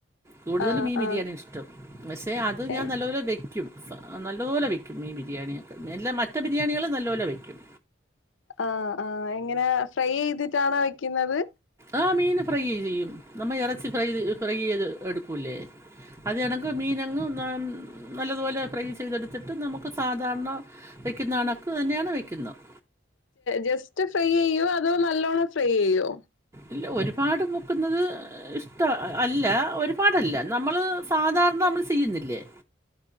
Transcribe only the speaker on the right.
കൂടുതലും
ഈ ബിരിയാണി
ഇഷ്ടം പക്ഷേ അത് ഞാൻ
നല്ലൊരു വ്യ വിൽക്കും നല്ലപോലെ വിൽക്കും ഈ ബിരിയാണി മെനല മറ്റ ബിരിയാണികളും നല്ല പോോലെ വെക്കും
ആ മീൻ ഫ്രൈ ചെയ്യും നമ്മൾ ഇറച്ചി ഫ്രൈ ഫ്രൈ ചെയ്ത് എടുക്കല്ലേ അതി കണക്ക് മീനങ്ങ് നല്ലതുപോലെ ഫ്രൈ ചെയ്തെടുത്തിട്ട് നമുക്ക് സാധാരണ വയ്ക്കുന്ന കണക്ക് തന്നെയാണ് വയ്ക്കുന്നത്
ഇല്ല ഒരുപാട് മുക്കുന്നത് ഇഷ്ട അല്ല ഒരുപാടല്ല നമ്മള് സാധാരണ നമ്മള് ചെയ്യുന്നില്ലേ